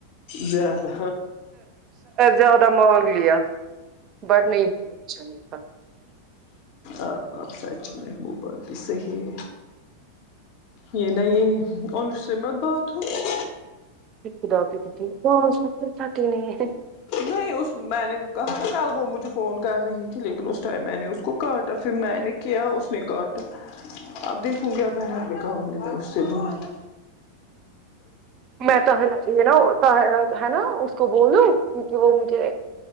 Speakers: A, on the left; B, on the right.
A: زیادہ
B: زیادہ مانگ لیا بٹ نہیں منت چے گ
A: آ سچ میں وہ بات بھی صحیح ہے یہ نہ یہ ان سے مت بات ہوئی
B: نہیں خدا کی قسم پتا ہی نہیں ہے
A: نہیں اس میں نے کہا نا کل وہ مجھے فون کر رہی تھی لیکن اس ٹائم میں نے اس کو کاٹا پھر میں نے کیا اس نے کاٹا اب دیکھوں گی ا بک میں کہاؤں گی میں اس سے بات
B: میں تو یہ نا ہے نا اس کو بولوں کیونکہ وہ مجھے